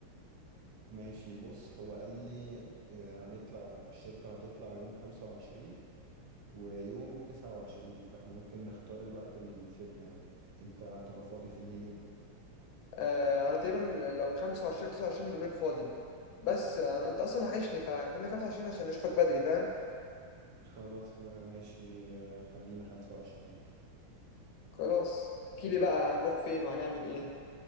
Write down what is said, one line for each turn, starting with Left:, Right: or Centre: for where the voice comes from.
Right: ماشي بص هو قال لي آه، هنطلع الشركة هتطلع يوم خمسة وعشرين ويوم تسعة وعشرين فاحنا ممكن نختار الوقت اللي يناسبنا يعني انت هتبقى فاضي في انهي يوم
Left: آه انا تقريبا لو 25 او 29 يومين فاضي بس انا انت اصلا وحشني فخلينا 25 عشان نشوفك بدري فاهم
Right: خلاص آه، ماشي آه، خلينا خمسة وعشرين
Left: خلاص احكي لي بقى هنروح فين وهنعمل ايه